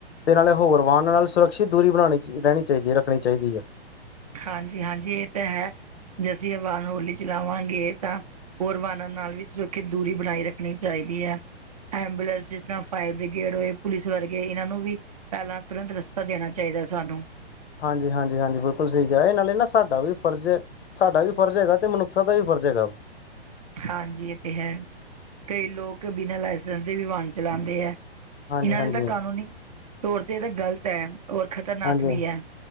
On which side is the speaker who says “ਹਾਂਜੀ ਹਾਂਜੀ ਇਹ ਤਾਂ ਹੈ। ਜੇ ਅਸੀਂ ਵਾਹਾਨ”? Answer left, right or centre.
Right